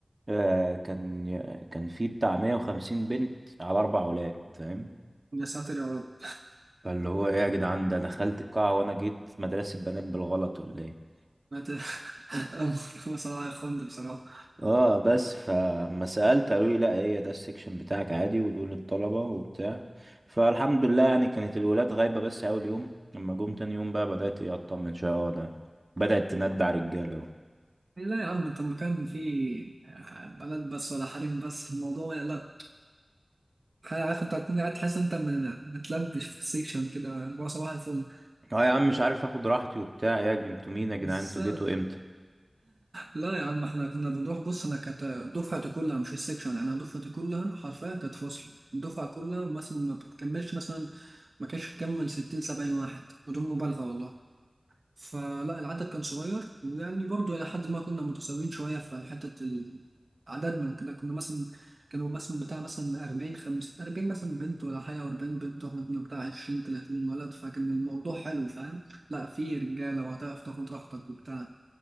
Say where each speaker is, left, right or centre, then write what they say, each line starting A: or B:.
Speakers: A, on the right; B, on the right.
A: آه كان كان في بتاع 150 بنت على اربع اولاد فاهم
B: يا ساتر يا رب
A: فاللي هو ايه يا جدعان ده دخلت القاعة وانا جيت مدرسة بنات بالغلط ولا ايه
B: <laughs> انا ت- أنا <laughs> بصراحه يا خند بصراحه
A: اه بس فما سألت قالوا لي لا هي ده السكشن بتاعك عادي ودول الطلبة وبتاع فالحمد لله يعني كانت الولاد غايبة بس أول يوم لما جم تاني يوم بقى بدأت ايه أطمن شوية اه ده بدأت تندع رجالة اهو
B: لا يا عم انت المكان فيه بلد بس ولا حريم بس الموضوع يعني، لا عارف انت هتكون قاعد تحس انت م- متلبش في السيكشن كده اللي هو صباح الفل
A: اه يا عم مش عارف اخد راحتي وبتاع يا ج- انتوا مين يا جدعان
B: بس
A: انتوا جيتوا امتى
B: لا يا عم احنا كنا بنروح بص انا كانت دفعتي كلها مش السكشن يعني انا دفعتي كلها حرفيا كانت فصل الدفعه كلها مثلا ما بتكملش مثلا ما كانش تكمل 60 70 واحد بدون مبالغه والله فلا العدد كان صغير ويعني برضه الى حد ما كنا متساويين شويه في حته ال- عددنا وكده كنا مثلا كانوا مثلا بتاع مثلا 40 50 40 مثلا بنت ولا حاجه و40 بنت واحنا كنا بتاع 20 30 ولد فكان الموضوع حلو فاهم لا في رجاله وهتعرف تاخد راحتك وبتاع